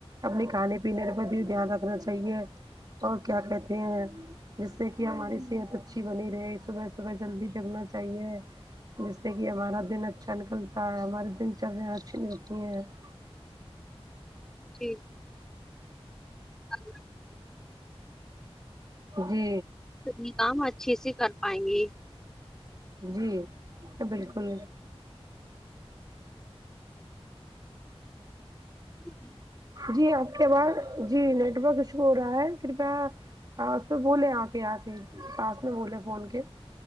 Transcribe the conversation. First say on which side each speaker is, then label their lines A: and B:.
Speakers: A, on the right (about 40°); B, in the centre.
A: اپنے کھانے پینے پر بھی دھیان رکھنا چاہیے اور کیا کہتے ہیں جس سے کی ہماری صحت اچھی بنی رہی صبح صبح جلدی جگنا چاہیے جس سے کی ہمارا دن اچھا نکلتا ہے ہمارے دن <unintelligible>
B: جی آپ
A: جی
B: تو اپنے کام اچھے سے کر پائیں گے
A: جی بالکل
B: جی
A: جی آپ کے آواز جی نیٹورک ایشو ہو رہا ہے کرپیا پاس میں بولے آ کے آ کے پاس میں بولے فون کے